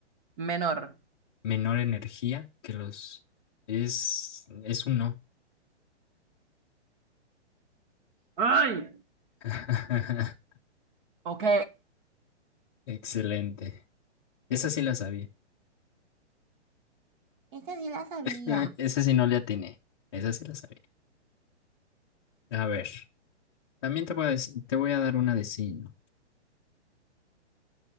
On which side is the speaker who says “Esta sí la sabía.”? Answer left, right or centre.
Right